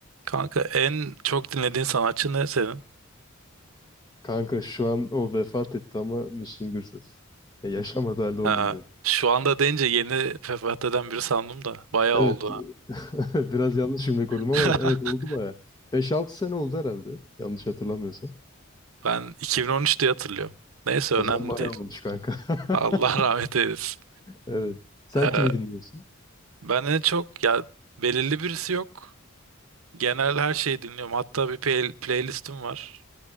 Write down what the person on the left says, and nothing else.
Kanka şu an o vefat etti ama Müslüm Gürses. Ya yaşamadı halde onu
dinliyorum.
Evet.
<laughs> Biraz yanlış cümle kurdum
ama evet
oldu baya. Beş altı sene oldu herhalde. Yanlış hatırlamıyorsam.
O
zaman bayağı
olmuş kanka.
<laughs>
Evet. Sen
kimi dinliyorsun?